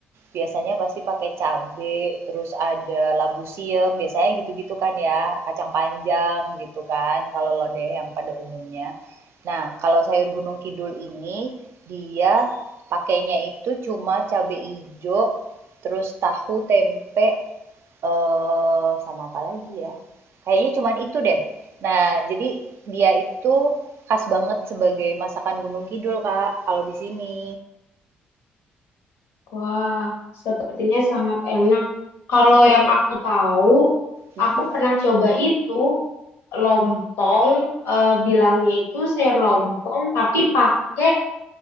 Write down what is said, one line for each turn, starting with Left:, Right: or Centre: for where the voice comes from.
Right: biasanya pasti pakai cabe, terus ada labu siam, biasanya gitu-gitu kan ya, kacang panjang gitu kan, kalau lodeh yang pada umumnya. Nah, kalau sayur Gunung Kidul ini dia pakainya itu cuma cabe hijau terus tahu, tempe, eh sama apa lagi ya? Kayaknya cuman itu deh. Nah, jadi dia itu khas banget sebagai masakan Gunung Kidul, Kak, kalau di sini.
Left: Wah, sepertinya sangat enak. Kalau yang aku tahu,
Right: Mm-mm.
Left: aku pernah coba itu lompong, eh, bilangnya itu sayur lompong, tapi pakai